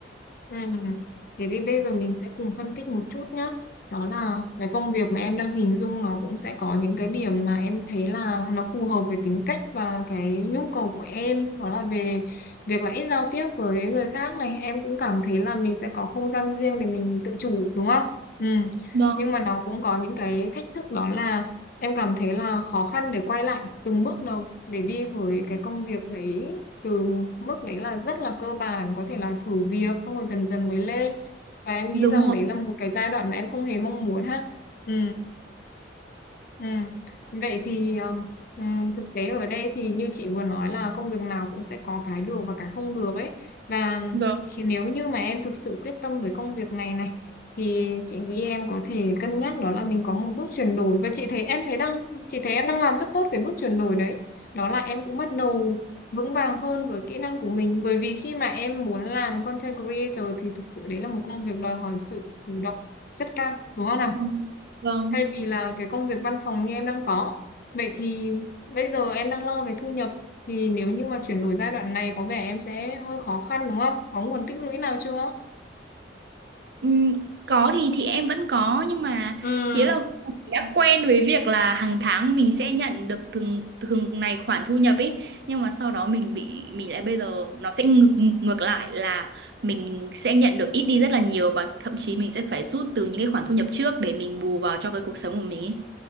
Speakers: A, on the left (about 50°); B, on the right (about 60°).
A: Ừ. Thế thì bây giờ mình sẽ cùng phân tích một chút nhé. Đó là cái công việc mà em đang hình dung nó cũng sẽ có những cái điểm mà em thấy là nó phù hợp với tính cách và cái nhu cầu của em. Đó là về việc là ít giao tiếp với người khác này. Em cũng cảm thấy là mình sẽ có không gian riêng để mình tự chủ đúng không? Ừ.
B: Vâng,
A: Nhưng mà nó cũng có những cái thách thức đó là em cảm thấy là khó khăn để quay lại từng bước đầu để đi với cái công việc đấy từ mức đấy là rất là cơ bản có thể là thử việc xong rồi dần dần mới lên và em nghĩ
B: đúng
A: rằng
B: rồi.
A: đấy là một cái giai đoạn mà em không hề mong muốn ha ừ Ừ. Vậy thì um, ừm, thực tế ở đây thì như chị vừa nói là công việc nào cũng sẽ có cái được và cái không được ấy và
B: Vâng,
A: khi nếu như mà em thực sự quyết tâm với công việc này này thì chị nghĩ em có thể cân nhắc đó là mình có một bước chuyển đổi và chị thấy em thấy đang chị thấy em đang làm rất tốt cái bước chuyển đổi đấy đó là em cũng bắt đầu vững vàng hơn với kỹ năng của mình bởi vì khi mà em muốn làm content creator thì thực sự đấy là một công việc đòi hỏi sự chủ động rất cao đúng không nào
B: vâng, vâng.
A: thay vì là cái công việc văn phòng như em đang có. Vậy thì bây giờ em đang lo về thu nhập thì nếu như mà chuyển đổi giai đoạn này có vẻ em sẽ hơi khó khăn đúng không? Có nguồn tích lũy nào chưa?
B: Ừm, có thì thì em vẫn có nhưng mà
A: Ừm,
B: nghĩa là đã quen với việc là hàng tháng mình sẽ nhận được từng từng này khoản thu nhập ấy nhưng mà sau đó mình bị mình lại bây giờ nó sẽ ngược ngược lại là mình sẽ nhận được ít đi rất là nhiều và thậm chí mình sẽ phải rút từ những cái khoản thu nhập trước để mình bù vào cho cái cuộc sống của mình ấy.